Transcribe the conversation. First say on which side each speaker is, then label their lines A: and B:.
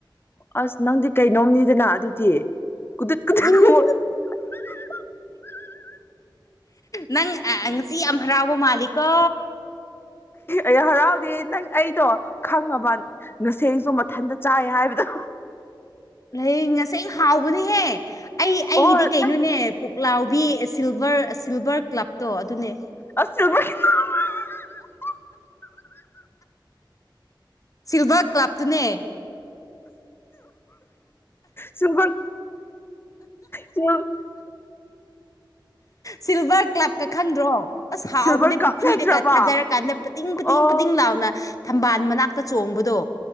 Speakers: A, on the left (about 25°); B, on the left (about 40°).
A: ꯑꯁ ꯅꯪꯗꯤ ꯀꯩꯅꯣꯝꯅꯤꯗꯅ ꯑꯗꯨꯗꯤ ꯀꯨꯗꯨꯠ ꯀꯨꯠ
B: ꯎꯝ
A: <inaudible>
B: ꯅꯪ ꯉꯁꯤ ꯌꯥꯝ ꯍꯔꯥꯎꯕ ꯃꯥꯜꯂꯤꯀꯣ
A: ꯑꯩ ꯍꯔꯥꯎꯗꯦ ꯅꯪ ꯑꯩꯗꯣ ꯈꯪꯉꯕ ꯅꯁꯦꯡꯁꯨ ꯃꯊꯟꯇ ꯆꯥꯏ ꯍꯥꯏꯕꯗꯣ
B: ꯂꯩꯌꯦꯡ ꯉꯁꯥꯏ ꯑ ꯍꯥꯎꯕꯅꯦꯍꯦ ꯑꯩ ꯑꯩꯒꯤꯗꯤ
A: ꯑꯣ
B: ꯀꯩꯅꯣꯅꯦ
A: ꯅꯪ
B: ꯄꯨꯛꯂꯥꯎꯕꯤ ꯁꯤꯜꯚꯔ ꯁꯤꯜꯚꯔ ꯀ꯭ꯂꯞꯇꯣ ꯑꯗꯨꯅꯦ
A: <unintelligible> <inaudible>
B: ꯁꯤꯜꯚꯔ ꯀ꯭ꯂꯞꯇꯨꯅꯦ
A: ꯁꯕ ꯁ
B: ꯁꯤꯜꯚꯔ ꯀ꯭ꯂꯥꯞꯀ ꯈꯪꯗ꯭ꯔꯣ ꯑꯁ ꯍꯥꯎꯕꯅꯦ
A: ꯁꯤꯜꯚꯔ ꯀꯞ
B: ꯄꯨꯈ꯭ꯔꯤꯗꯒ
A: ꯅꯠꯇ꯭ꯔꯕ
B: ꯊꯥꯗꯔꯀꯥꯟꯗ ꯄꯇꯡ ꯄꯇꯡ
A: ꯑꯣ
B: ꯄꯇꯡ ꯂꯥꯎꯅ ꯊꯝꯕꯥꯜ ꯃꯅꯥꯛꯇ ꯆꯣꯡꯕꯗꯣ